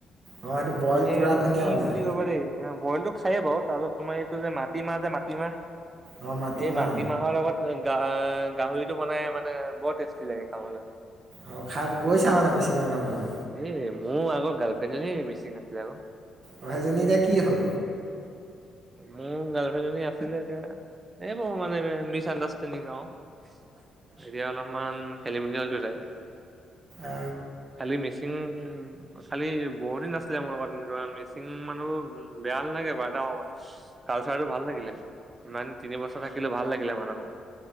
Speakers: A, on the right; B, on the right.
A: অ এইটো বইল
B: এই
A: পুৰা
B: এইটো
A: ধুনীয়া
B: কি
A: বনাই
B: বুলি কব দেই এ বইলতো খাইয়ে বাৰু, তাৰপাছত তোমাৰ এইটো যে মাটিমাহ যে মাটিমাহ
A: অ মাটিমাহ
B: এই মাটিমাহৰ লগত গাহ গাহৰিটো বনাই মানে বৰ টেষ্টি লাগে খাবলৈ।
A: অ, খাই, গৈছা মানে মিছিং মানুহৰ ঘৰলে?
B: এ মোৰ আগৰ গাৰ্লফ্ৰেণ্ডজনী মিচিং আছিলে আকৌ
A: অ, সেইজনী এতিয়া কি হল?
B: মোৰ গাৰ্লফ্ৰেড এজনী আছিলে এতিয়া, এইব মানে মিচ আণ্ডাৰষ্টেণ্ডিং আৰু এতিয়া অলপমান খেলি মেলি হল দুটাই
A: অ
B: খালি মিচি মিচিং খালি বহুত দিন আছিলে মোৰ লগত মিচিং মানুহ বেয়া নালাগে বাৰু কালচাৰটো ভাল লাগিলে ইমান তিনি বছৰ থাকিলো ভাল লাগিলে মানুহবোৰ